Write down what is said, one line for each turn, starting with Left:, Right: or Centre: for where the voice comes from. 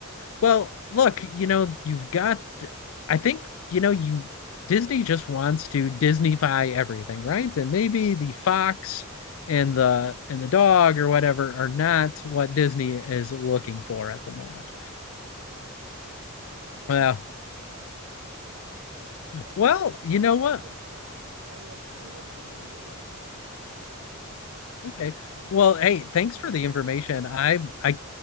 Left: Well, look, you know, you've got, I think, you know, you Disney just wants to Disneyfy everything, right? And maybe
Right: Yeah.
Left: the fox and the and the dog or whatever are not what Disney is looking for at the moment.
Right: <laughs> I guess.
Left: Well,
Right: But
Left: well,
Right: yeah, it's
Left: you
Right: it's
Left: know what?
Right: a good spot. I would I would put it on your list if I were you.
Left: Okay. Well, hey, thanks for the information. I I